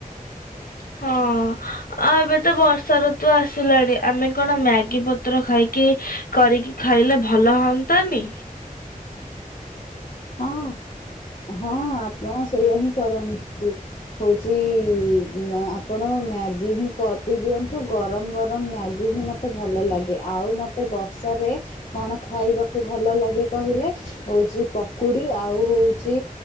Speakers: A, on the left; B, on the left.
A: ହଁ। ହଁ ଆଉ ଏବେ ତ ବର୍ଷା ଋତୁ ଆସିଲାଣି ଆମେ କଣ ମ୍ୟାଗି ପତ୍ର ଖାଇକି କରିକି ଖାଇଲେ ଭଲ ହୁଅନ୍ତାନି।
B: ହଁ ହଁ ଆପଣ ସେଇୟା ହିଁ କରନ୍ତୁ। ହଉଛି ଆପଣ ମ୍ୟାଗି ହିଁ କରିଦିଅନ୍ତୁ ଗରମ ଗରମ ମ୍ୟାଗି ହିଁ ମୋତେ ମତେ ଭଲ ଲାଗେ ଆଉ ମତେ ବର୍ଷାରେ କଣ ଖାଇବାକୁ ଭଲ ଲାଗେ କହିଲେ ହଉଛି। ପକୁଡ଼ି ଆଉ ହେଉଛି